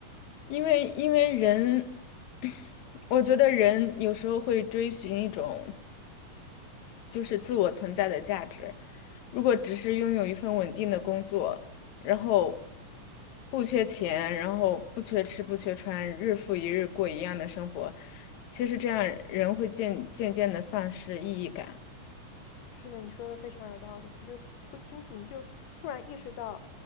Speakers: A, on the left; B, on the left.
A: 因为因为人，<coughs> <clears throat> 我觉得人有时候会追寻一种就是自我存在的价值，如果只是拥有一份稳定的工作。然后不缺钱，然后不缺吃，不缺穿，日复一日过一样的生活，其实这样人会渐渐渐的丧失意义感，
B: 是的，你说的非常有道理。你就不清楚，你就突然意识到